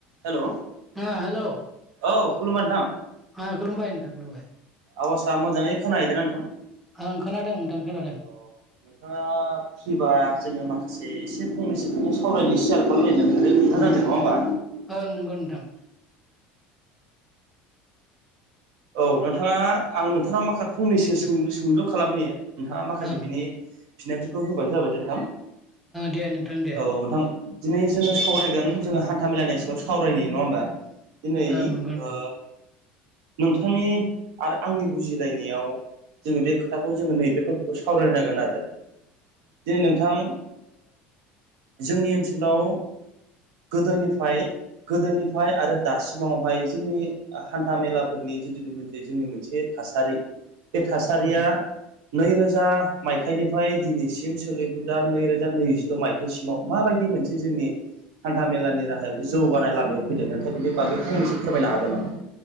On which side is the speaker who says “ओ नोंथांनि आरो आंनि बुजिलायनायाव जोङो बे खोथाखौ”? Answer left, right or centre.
Right